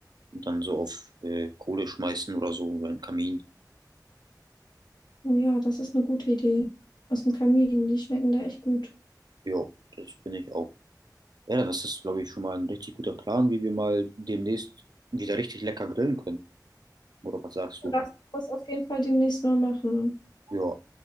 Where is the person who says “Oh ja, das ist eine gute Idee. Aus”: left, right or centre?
Left